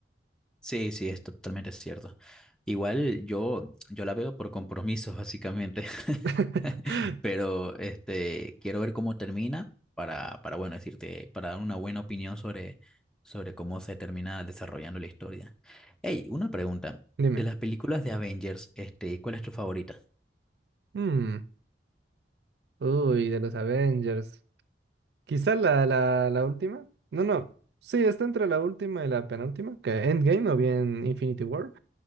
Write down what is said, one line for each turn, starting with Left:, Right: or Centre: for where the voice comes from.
Centre: Sí, sí, es totalmente cierto. Igual yo, yo la veo por compromisos, básicamente. <laughs>
Right: <laughs>
Centre: Pero este, quiero ver cómo termina para, para, bueno, decirte, para dar una buena opinión sobre, sobre cómo se termina desarrollando la historia. Hey, una pregunta.
Right: Dime.
Centre: De las películas de Avengers, este, ¿cuál es tu favorita?
Right: Mm, Uy, de los Avengers. Quizá la, la, la última. No, no. Sí, está entre la última y la penúltima, que Endgame o bien Infinity War.